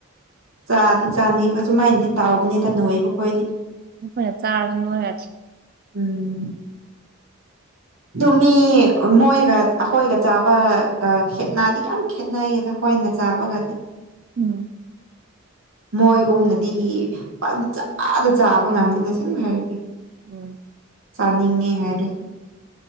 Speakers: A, on the right; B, on the right.
A: ꯆꯥꯗꯤ ꯆꯥꯅꯤ ꯑꯁꯨꯃꯥꯏꯅꯗꯤ ꯇꯥꯎꯕꯅꯤꯗ ꯅꯣꯏꯕ ꯈꯣꯏꯗꯤ
B: ꯣꯏ ꯆꯥꯔꯁꯨꯅꯨꯡ ꯌꯥ
A: ꯎꯝ ꯑꯗꯨ ꯃꯤ ꯃꯣꯏꯒ ꯑꯩꯈꯣꯏꯒ ꯆꯥꯕꯒ ꯈꯦꯠꯅꯗꯤ ꯌꯥꯝ ꯈꯦꯩ ꯅꯅꯥꯏꯌꯦꯗ ꯍꯣꯏꯅ ꯆꯥꯕꯒꯗꯤ
B: ꯎꯝ
A: ꯃꯣꯏꯒꯨꯝꯅꯗꯤ ꯄꯟꯆꯥꯥꯗ ꯆꯥꯕ ꯉꯝꯗꯦ ꯅꯁꯕ ꯍꯥꯏꯔꯗꯤ
B: ꯎꯝ
A: ꯆꯥꯅꯤꯡꯉꯦ ꯍꯥꯏꯔꯁꯨ